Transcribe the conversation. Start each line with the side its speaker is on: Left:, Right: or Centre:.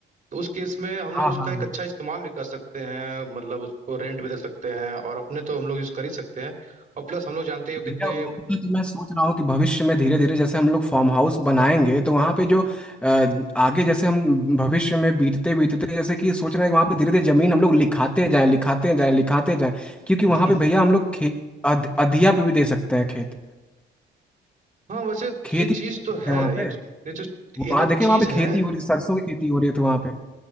Right: तो उस केस में हम लोग
Centre: हाँ
Right: उसका
Centre: हाँ
Right: एक
Centre: हाँ
Right: अच्छा इस्तेमाल भी कर सकते हैं मतलब उसको रेंट भी दे सकते हैं और अपने तो हम लोग यूज कर ही सकते हैं और प्लस हम लोग जानते ही हो कितने
Centre: भैया वहाँ तो मैं सोच रहा हूँ कि भविष्य में धीरे धीरे जैसे हम लोग फार्म हाउस बनाएंगे तो वहाँ पे जो अ, आगे जैसे हम भविष्य में बीतते बीतते जैसे कि सोच रहे हैं कि वहाँ पे धीरे धीरे जमीन हम लोग लिखाते जाएं लिखाते जाएं लिखाते जाएं क्योंकि
Right: <laughs>
Centre: वहाँ पे भैया हम लोग खेत अध, अधिया पे भी दे सकते हैं खेत
Right: हाँ वैसे
Centre: खेती
Right: ये
Centre: कर
Right: चीज
Centre: सकते
Right: तो है
Centre: हैं वहाँ
Right: ये
Centre: पे
Right: तो ये तो ये
Centre: वहाँ
Right: तो
Centre: देखिए
Right: चीज
Centre: वहाँ पे खेती
Right: है
Centre: हो रही सरसों की खेती हो रही थी वहाँ पे